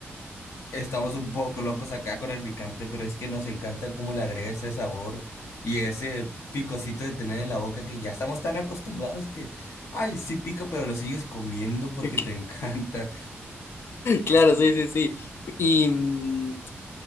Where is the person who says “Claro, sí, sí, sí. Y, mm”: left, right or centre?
Left